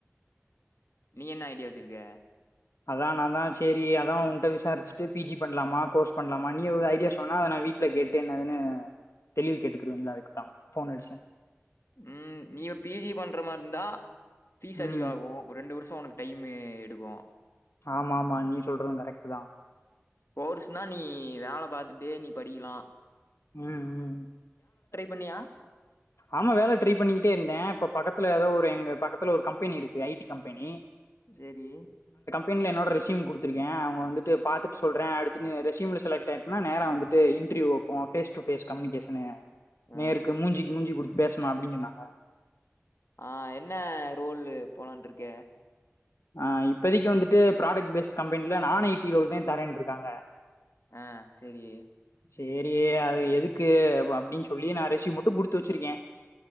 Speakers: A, on the left; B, on the left.
A: நீ என்ன ஐடியா வச்சிருக்க
B: அதா நான்தா சேரி அதா உன்கிட்ட விசாரிச்சுட்டு பிஜி பண்ணலாமா கோர்ஸ் பண்ணலாமா நீ ஒரு ஐடியா சொன்னா அத நா வீட்டுல கேட்டு என்னதுன்னு தெளிவு கேட்டுக்குறுவன்ல அதுக்குதா ஃபோன் அடிச்ச
A: ம் நீ <unintelligible> இருந்தா பீஸ் அதிகாகு
B: ம்.
A: ஒரு ரெண்டு வருஷ அப்போ உனக்கு டைமு எடுக்கு
B: ஆமா ஆமா நீ சொல்றது கரெக்ட் தான்.
A: கோர்ஸ்ன்னா நீ வேல பாத்தட் டே நீ படிக்கலா
B: ம் ம்
A: பண்ணியா
B: ஆமா வேல ட்ரை பண்ணிட்டே இருந்தே இப்ப பக்கத்து ல ஏதோ ஒரு எங்க பக்கத்துல ஒரு கம்பெனி இருக்கு ஐடி கம்பெனி
A: சேரி
B: பென்ல என்னோட ரெஸ்யூம் கொடுத்துருக்க அவங்க வந்துட்டு பாத்துட்டு சொலறே அடுத்து ரெஸியூம்ல செலக்ட் ஆயிட்டேன்னா நேரா வந்துட்டு இன்டர்வியூ ஃபேஸ் ஃபேஸ் கம்யுனிகேஷனு
A: ஆ
B: நேருக்கு மூஞ்சிக்கு மூஞ்சி குடுத்து பேசணும் அப்படின்னு சொன்னாங்க
A: ஆஹ் என்ன ரோல் போலான்று இருக்க
B: ஆஹ் இப்பதைக்கு வந்துட்டு ப்ராடக்ட் பேஸ்ட் கம்பெனில நான் ஐ டி ரோல் தான் தரேன்ட்டு இருக்காங்க
A: ஆஹ் செரி
B: செரி அது எதுக்கு அப்படின்னு சொல்லி நான் ரெஸ்யூம் மட்டும் குடுத்து வச்சிருக்கேன்